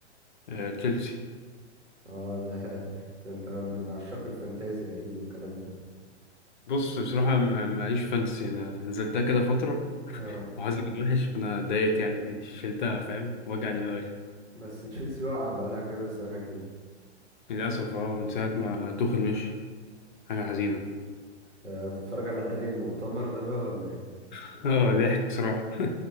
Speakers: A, on the left; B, on the right.
A: آه، تشيلسي
B: اه ده <laughs> ده انت من عشاق الفانتازي أكيد والكلام ده
A: بص بصراحه ما- معيش فانتسي انا نزلتها كده فتره
B: اه
A: وحظي كان وحش فانا اتضايقت يعني شلتها فاهم وجع دماغي
B: بس تشيلسي واقعة بقالها كذا سنة كده
A: للاسف اه من ساعه ما توخل مشي حاجه حزينه
B: آه، هتتفرج على نهائي المؤتمر ده بقى ولا ايه؟
A: <laughs> اه ضحك بصراحه